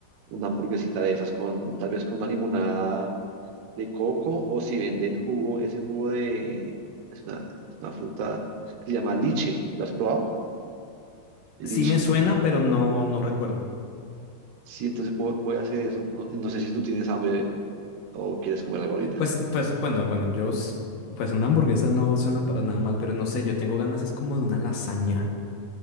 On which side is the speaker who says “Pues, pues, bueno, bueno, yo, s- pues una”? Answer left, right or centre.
Left